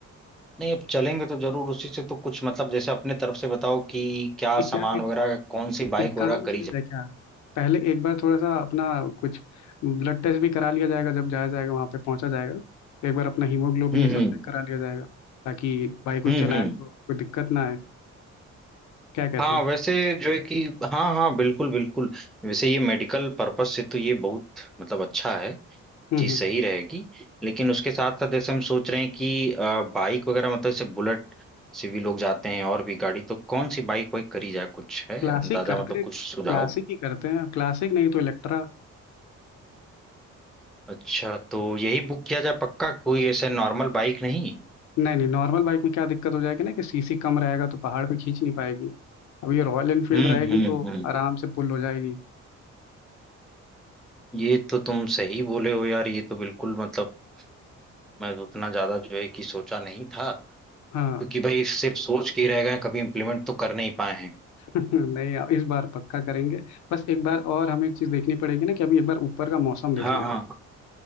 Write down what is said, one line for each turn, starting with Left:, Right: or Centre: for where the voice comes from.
Centre: नहीं अब चलेंगे तो जरूर उसी से तो कुछ मतलब जैसे अपने तरफ से बताओ कि क्या
Left: इत्या
Centre: सामान वगैरह कौन सी बाइक
Left: एक
Centre: वगैरह
Left: काम किया
Centre: करी जाए
Left: जाए क्या पहले एक बार थोड़ा सा अपना कुछ ब्लड टेस्ट भी करा लिया जाएगा जब जाया जाएगा वहाँ पे पहुँचा जाएगा तो एक बार अपना हीमोग्लोबिन
Centre: हम्म
Left: ये सब
Centre: हम्म
Left: चेक करा लिया जाएगा ताकि बाइक को
Centre: हम्म
Left: चलाएं
Centre: हम्म।
Left: तो कोई दिक्कत ना आए क्या कहते
Centre: हाँ
Left: हैं
Centre: वैसे जो है कि हाँ हाँ बिल्कुल बिल्कुल वैसे ये मेडिकल पर्पस से तो ये बहुत मतलब अच्छा है
Left: हम्म
Centre: चीज
Left: हम्म
Centre: सही रहेगी लेकिन उसके साथ साथ जैसे हम सोच रहे हैं कि अ, बाइक वगैरह मतलब जैसे बुलेट से भी लोग जाते हैं और भी गाड़ी तो कौन सी बाइक वाइक करी जाए कुछ है
Left: क्लासिक
Centre: अंदाजा
Left: करते
Centre: मतलब
Left: हैं
Centre: कुछ सुझाव
Left: क्लासिक ही करते हैं क्लासिक नहीं तो इलेक्ट्रा
Centre: अच्छा तो यही बुक किया जाए पक्का कोई ऐसे नॉर्मल बाइक नहीं
Left: नहीं नहीं नॉर्मल बाइक में क्या दिक्कत हो जाएगी ना कि सीसी कम रहेगा तो पहाड़ पे खींच नहीं पाएगी अब ये रॉयल एनफील्ड
Centre: हम्म
Left: रहेगी
Centre: हम्म
Left: तो
Centre: हम्म
Left: आराम से पुल हो जाएगी
Centre: ये तो तुम सही बोले हो यार ये तो बिल्कुल मतलब मैं उतना ज्यादा जो है कि सोचा नहीं था
Left: हाँ
Centre: क्योंकि भाई सिर्फ सोच के ही रह गए कभी इम्प्लीमेंट तो कर नहीं पाए हैं
Left: नहीं अब इस बार पक्का करेंगे बस एक बार और हमें एक चीज देखनी पड़ेगी ना कि अभी एक बार ऊपर का मौसम देख
Centre: हाँ
Left: लेते हैं